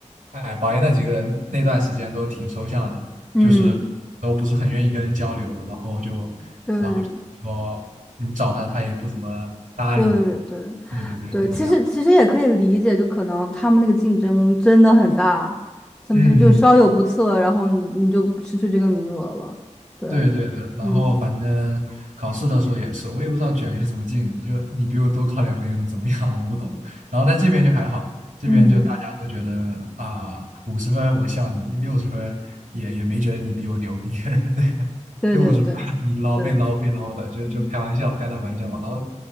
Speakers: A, on the right; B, in the centre.
A: 哎，保研那几个人那段时间都挺抽象的，
B: 嗯，
A: 就是都不是很愿意跟人交流，然后就，
B: 对
A: 然后就说你找他，他也不怎么搭理你。
B: 对对
A: 对对对，
B: 对，
A: 就是这样。
B: 其实其实也可以理解，就可能他们那个竞争真的很大，他们就稍有不测，
A: 嗯嗯，
B: 然后你你就失去这个名额了。对，
A: 对对的，然后反正考试的时候也是，
B: 嗯
A: 我也不知道卷是什么劲，就你比我多考两分又能怎么样？<laughs> 我不懂。然后在这边就还好，这边就大家都觉得啊，
B: 嗯，
A: 五十分我笑你，六十分也也没觉得你比我牛逼，<laughs> 对，
B: 对对对对
A: 就五十分你捞被捞被捞的，就就开玩笑，
B: 嗯
A: 开大玩笑嘛，然后